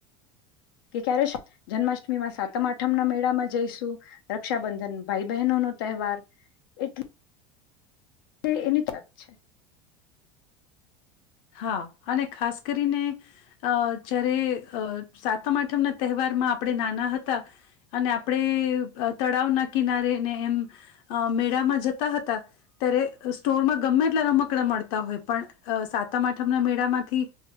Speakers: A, on the left; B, on the left.
A: કે ક્યારે જન્માષ્ટમી માં સા તમાઠમના મેળામાં જઈશું રક્ષાબંધન ભાઈ બહેનો નો તહેવાર એટ તે એની ત્રક્ છે.
B: હા અને ખાસ કરીને અ જારે સાતમ આઠમના તહેવારમાં આપણે નાના હતા અને આપણે તળાવના કિનારેને એમ મેળામાં જતા હતા ત્યારે સ્ટોરમાં ગમેટલા રમકડા મળતા હોય પણ સાત મના મેળા માંથી